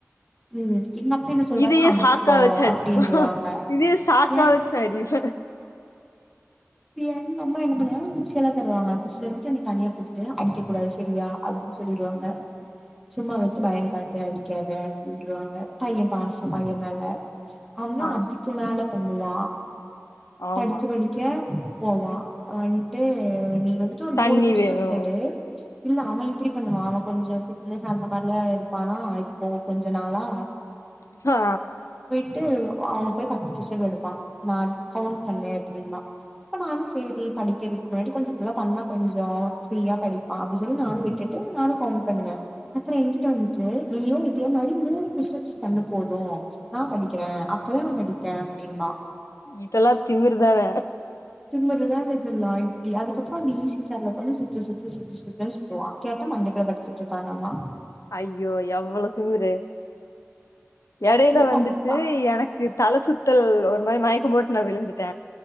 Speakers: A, in the centre; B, on the left.
A: ம் எங்க அப்பா என்ன சொல்லுவாருன்னா
B: இதியே
A: அடிச்சுக்கோ
B: சாக்கா வச்சு அடிச்சிக்லா
A: அப்டின்ருவாங்க
B: இதியே சாக்கா
A: ஏன்
B: வச் தடிஃப
A: எங்கம்மா என்ன பண்ணுவாங்க குச்சி எல்லா தருவங்க குச்சி தந்துட் என்னி தனியா கூப்டு அடிக்க கூடாது செரியா அப்டின் சொல் லீருவாங்க சும்மா வெச்சு பயங் காட்டு அடிக்காத அப்டின்றுவாங்க பையன் பாசும் பைய மேல அவ
B: ஆ
A: அதுக்கு மேல பண்ணுவா
B: ஆமா
A: படிச்சு படிக்க போவா வன்ட்டு நீ வந்துட்டு ஒரு
B: தண்ணி
A: மூணு புஷ்ஷப்ஸ்
B: வேணு
A: எடு இல்ல அவ இப்டி பண்ணுவா அவ கொஞ்ச ஃபிட்னஸ் அந்த மாரிலா இருப்பானா இப்போ கொஞ்ச நாளா
B: சா
A: ட்டு அவ போய் பத்து புஸ்ஸப் எடுப்பா நா கவுண்ட் பண்ணு அப்டிம்பா இப்ப நானு செரி படிக்கிறக்கு முன்னாடி கொஞ்ச இப்பல்லா பண்ணா கொஞ்ச ஃப்ரீயா படிப்பா அப்டி சொல்லி நானு விட்டுட் நானு கவுண்ட் பண்ணுவே அப்ற எங்கிட்ட வந்துட்டு நீயும் இதே மாரி மூணு புஷ்ஸப்ஸ் பண்ணு போது ச் நா படிக்கிற அப்பதா படிப்பே அப்டிம்பா
B: இதுல்லா திமிருதான
A: திமிருதான இதல்லா இப்டி அதுக்கப்பற அந்த ஈசி சேர்ல உக்காந்து சுத்து சுத்து சுத்து சுத்துனு சுத்துவா கேட்டா மண்டக் படிச்சிட்டு இருக்காணாமா
B: ஐயோ எவ்ள திமிரு எடயில
A: இதெல்லா
B: வந்துட்டு
A: பண்ணிப்பா
B: எனக்கு தல சுத் சுத்தல் ஒரு மாரி மயக்க போட்டு நா விழுந்துட்ட